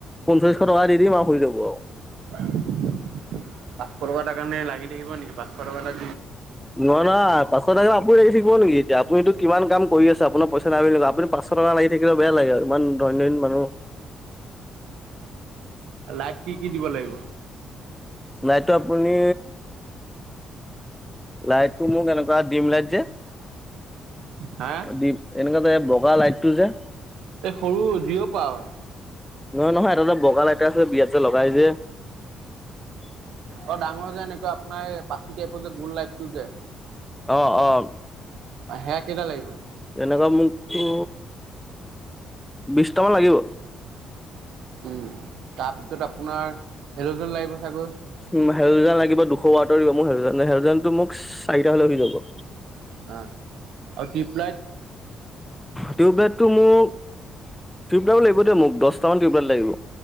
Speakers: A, in the centre; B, on the right.
A: পঞ্চলিশ টকা দি দিম আৰু হুই যাব।
B: উ <unintelligible> পাঁচ শ টকা এটা কাৰণে লাগি থাকিব নেকি। পাচ শ টকা এ
A: নহয় না পাচ আপুনি লাগি থাক নেক এতিয়া আপুনো আপুনি কিমান কাম কৰি আপোনাৰ পইচা নাই বুলি আপু পাঁশ টকা লাগ থাকিলে বেয়া লাগে আৰু। ইমান ধনী ধনী মানুহ।
B: লাইট কি কি দিব লাগিব?
A: লাইটটো আপুনি লাইটটো মোক এনেকুৱা দিম লাইট যে
B: হা
A: দিম, এনেকুৱা যে বগা লাইটটো যে
B: এই সৰু জিৰ' পাৱৰ
A: নহয় নহয় এটা এটা বগা লাইট এটা আছে বিয়াত যে লগাই যে
B: অ' ডাঙৰ যে এনেকা আপোনাৰ এই পাচি টাইপৰ যে গোল লাইটটো যে
A: অ' অ'
B: অ' সেয়া কেইটা লাগিব?
A: এনেকুৱা মোকো বিশটামান লাগিব।
B: উম, তাৰপিছত আপোনাৰ হেলজিন লাগিব চাগৈ।
A: উ, হেলজান লাগিব দুশ ৱাৰটৰ দিব মোৰ হেলজান, হেলজানটো মোক চাৰিটা হলে হৈ যাব।
B: আহ আৰু পিপলাইট
A: টিউব লাইট টো মোক টিউব লাই লাগিব দে মোক দহট মান টিউব লাইট লাগিব।